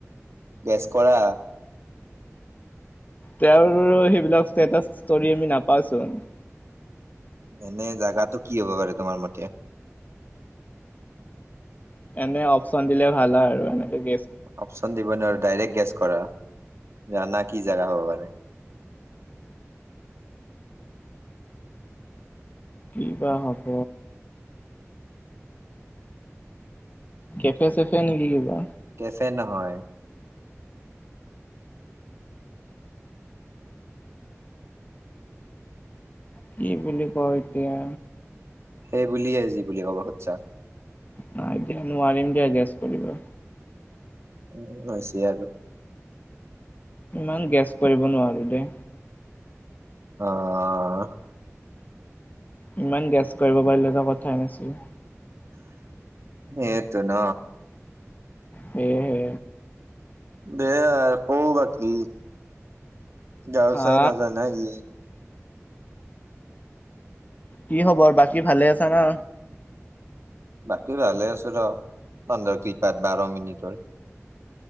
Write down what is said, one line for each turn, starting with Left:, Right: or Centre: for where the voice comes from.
Right: গেছ কৰা।
Left: তেওঁৰ সেইবিলাক ষ্টেটাচ ষ্ট আমি নাপাচোন।
Right: এনে জাগাতটো কি হব পাৰে তোমাৰ মতে?
Left: এনে অপচন দিলে ভাল হয় আৰু এনেকে গে
Right: অপচন দিব নোৱাৰ আৰু ডাইৰেক্ট গেছ কৰা জা কি জাগা হব পাৰে।
Left: কি বা হব। কেফে চেফে নেকি কিবা?
Right: কেফে নহয়।
Left: কি বুলি কয় এতিয়া।
Right: সেই বুলিয়েই যি বুলি কব খোজ্ছা।
Left: নাই দিয় নোৱাৰিম দিয়া গেছ কৰিবা।
Right: উম, হৈছে আৰু
Left: ইমান গেছ কৰিব নোৱাৰো দেই
Right: আহ,
Left: ইমান গেছ কৰিব পাৰিলেটো কথাই নাছিল।
Right: সেইটো ন।
Left: হে, হে,
Right: দেয়া ক' বাকী? গাঁৱ
Left: হা
Right: চাই নাজানে কি?
Left: কি খবৰ, বাকী ভালে আছা না।
Right: বাকী ভালে আছো তঁহতৰ কৃপাত বাৰ মিনিটৰ